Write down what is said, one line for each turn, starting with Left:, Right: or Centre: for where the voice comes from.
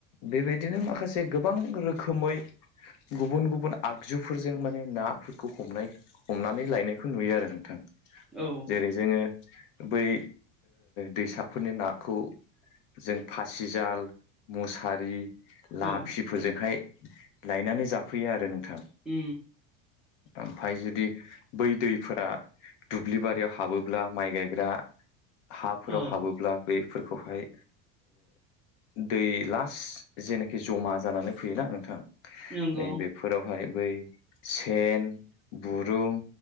Left: बेबायदिनो माखासे गोबां रोखोमै गुबुन गुबुन आगजुफोरजों माने नाफोरखौ हमनाय हमनानै लायनाय बेखौ नुयो आरो नोंथां
Centre: औ
Left: जेरै जोङो बै दैसाफोरनि नाखौ जों फासिजाल मुसारि
Centre: औ
Left: लाफिफोरजोंहाय लायनानै जाफैयो आरो नोंथां
Centre: उ
Left: ओमफ्राय जुदि बै दैफोरा दुब्लि बारियाव हाबोब्ला माइ गायग्रा हाफोराव
Centre: औ
Left: हाबोब्ला बेफोरखौहाय दै लास्ट जेनाखि जमा जानानै फैयोना नोंथां
Centre: नंगौ
Left: नै बेफोरावहाय बै सेन बुरुं